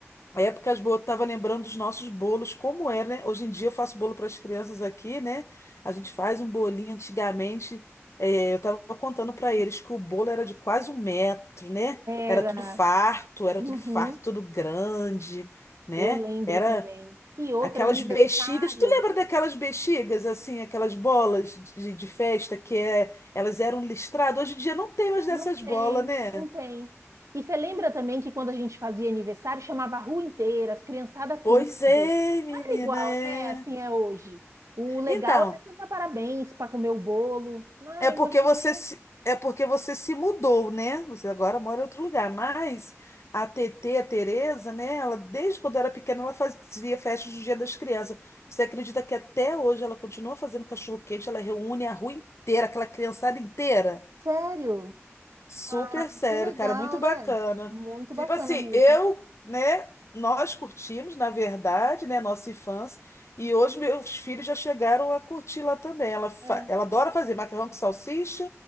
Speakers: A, on the left; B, on the right.
A: Épocas boas, eu tava lembrando dos nossos bolos, como era, né? Hoje em dia eu faço bolo para as crianças aqui, né? A gente faz um bolinho antigamente. eh, eu tava contando para eles que o bolo era de quase um metro, né? Era
B: Era.
A: tudo farto, era
B: Uhum,
A: tudo farto, tudo grande, né?
B: eu lembro
A: Era
B: também. E outro
A: aquelas
B: aniversário.
A: bexigas. Tu lembra daquelas bexigas, assim, aquelas bolas de, de festa que é, elas eram listradas? Hoje em dia não tem mais dessas
B: Não tem,
A: bolas, né?
B: não tem. E você lembra também que quando a gente fazia aniversário, chamava a rua inteira, as criançadas
A: Pois
B: tudo.
A: é, menina,
B: Não era igual,
A: é.
B: né? Assim é hoje. O legal
A: Então.
B: era cantar parabéns para comer o bolo. Mas
A: É porque
B: hoje em
A: você
B: dia,
A: se, é porque você se mudou, né? Você agora mora em outro lugar. Mas a TT, a Tereza, né? Ela, desde quando era pequena, ela fazia festas do Dia das Crianças. Você acredita que até hoje ela continua fazendo cachorro-quente? Ela reúne a rua inteira, aquela criançada inteira?
B: sério.
A: Super
B: Ah,
A: sério,
B: que legal,
A: cara, muito bacana.
B: né? Muito
A: Tipo
B: bacana
A: assim,
B: mesmo.
A: eu, né, nós curtimos, na verdade, né, nossa infância, e hoje meus filhos já chegaram a curtir lá também. Ela, fa-
B: É.
A: ela adora fazer macarrão com salsicha,